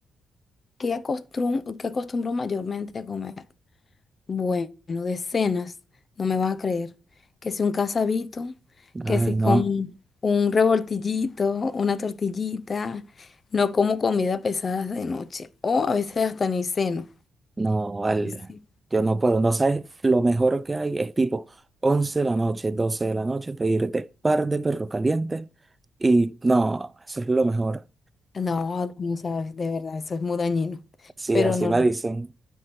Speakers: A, on the left; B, on the right.
A: ¿Qué acostumbro, qué acostumbro mayormente a comer? Bueno, decenas, no me vas a creer. Que si un casabito,
B: Ay,
A: que si
B: no,
A: con un revoltillito, una tortillita, no como comida pesada de noche o a veces hasta ni ceno.
B: no, vale.
A: Sí.
B: Yo no puedo. No sabes, lo mejor que hay es tipo 11 de la noche, 12 de la noche, pedirte par de perros calientes y no, eso es lo mejor.
A: No, tú no sabes, de verdad, eso es muy dañino.
B: Sí,
A: Pero
B: así
A: no,
B: me dicen.